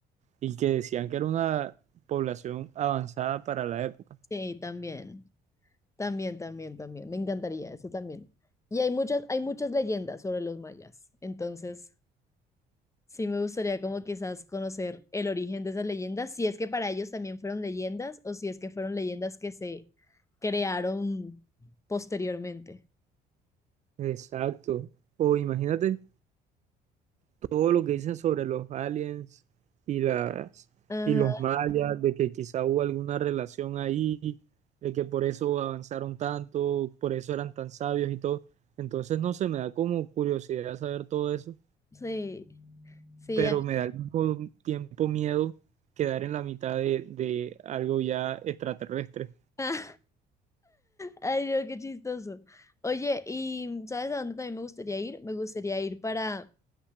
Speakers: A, on the right; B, on the left.
A: y que decían que era una población avanzada para la época.
B: Sí, también, también, también, también. Me encantaría eso también. Y hay muchas, hay muchas leyendas sobre los mayas, entonces sí me gustaría como quizás conocer el origen de esas leyendas, si es que para ellos también fueron leyendas o si es que fueron leyendas que se crearon posteriormente.
A: Exacto. O imagínate. todo lo que dicen sobre los aliens y las
B: Ajá,
A: y los mayas, de que quizá hubo alguna relación ahí, de que por eso avanzaron tanto, por eso eran tan sabios y todo. Entonces no se me da como curiosidad saber todo eso,
B: sí, sí,
A: pero
B: ajá.
A: me da al mismo tiempo miedo quedar en la mitad de, de algo ya extraterrestre.
B: <laughs> Ay, no, qué chistoso. Oye, ¿y sabes a dónde también me gustaría ir? Me gustaría ir para